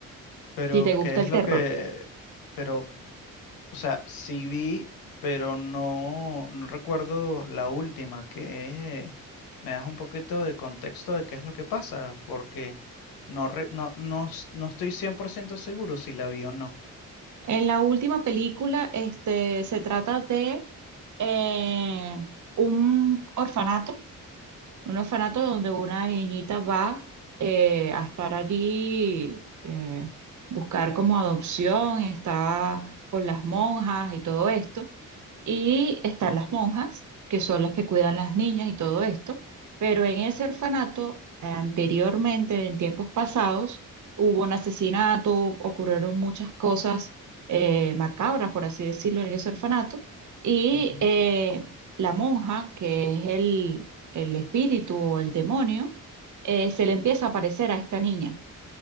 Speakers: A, on the left; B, on the right.
A: Pero,
B: si te gusta
A: ¿qué es
B: el
A: lo
B: terror.
A: que... Pero O sea, sí vi, pero no, no recuerdo la última, que me das un poquito de contexto de qué es lo que pasa, porque no, re- no, no, s- no estoy 100% seguro si la vi o no.
B: En la última película, este, se trata de eh, un orfanato Un orfanato donde una niñita va eh, a estar allí, eh, buscar como adopción, está con las monjas y todo esto. Y están las monjas, que son las que cuidan las niñas y todo esto. Pero en ese orfanato, eh, anteriormente, en tiempos pasados, hubo un asesinato, ocurrieron muchas cosas eh, macabras, por así decirlo, en ese orfanato. Y
A: Ujú.
B: eh, la monja, que es el el espíritu o el demonio, eh, se le empieza a aparecer a esta niña